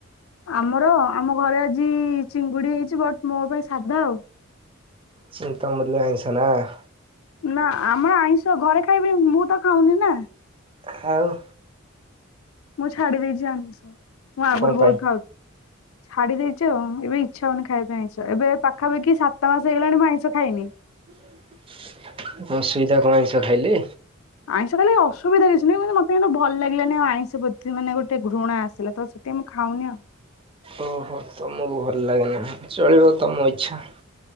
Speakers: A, on the left (about 80°); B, on the right (about 25°).
A: ଆମର ଆମ ଘରେ ଆଜି ଚିଙ୍ଗୁଡି ହେଇଚି ବଟ୍ ମୋ ପାଇଁ ସାଧା ଆଉ।
B: ସେ ତମର ବି ଆଇଁଷ ନା?
A: ନା ଆମର ଆଇଁଷ ଘରେ ଖାଇବେ ମୁଁ ତ ଖାଉନି ନା।
B: ଖାଉ
A: ମୁଁ ଛାଡି ଦେଇଚି ଆମୀଷ ମୁଁ ଆଗରୁ
B: କଣ
A: ବହୁତ
B: ପାଇଁ
A: ଖାଉଥ ଛାଡି ଦେଇଚୁ ଆଉ ଏବେ ଇଚଛା ହଉନି ଖାଇବା ପାଇଁ ଆଇଁଷ ଏବେ ପାଖାପାଖି ସାତ ମାସ ହେଇଗଲାଣି ମୁଁ ଆଇଁଷ ଖାଇନି। ଇ
B: <inaudible> ଅସୁବିଧା କଣ ଆଇଁସ ଖାଇଲେ?
A: ଆଇଁଷ ଖାଇଲେ ଅସୁବିଧା କିଛି ନାହିଁ ମତେ କିନ୍ତୁ ଭ ଭଲ ଲାଗିଲାନି ଆଉ ଆଇଁଷ ପ୍ରତି ମାନେ ଗୋଟେ ଘୃଣା ଆସିଲା ତ ସେଥି ପାଇଁ ମୁଁ ଖାଉନି ଆଉ।
B: ଓହୋ ତମକୁ ଭଲ ଲାଗେ ନା ଚଳିବ ତମ ଇଚ୍ଛା।